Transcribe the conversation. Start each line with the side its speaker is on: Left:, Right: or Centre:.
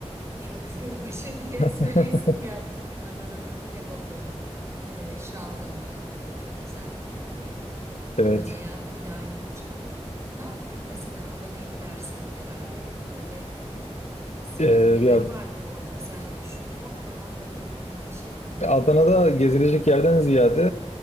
Right: köprü başı <laughs> diye söyleyesim
Left: <laughs>
Right: gel. Adana'nın kebabı e, şalgamı ay çok güzeldi yani
Left: Evet.
Right: Adana'ya bir daha gideceğim. Ne yapayım mesela Adana'ya gidersem herhalde böyle senin
Left: Ee,
Right: bilgin
Left: ya
Right: vardır orada özellikle şunu yapmadan dönme dediğin bir şey var mı?
Left: Adana'da gezilecek yerden ziyade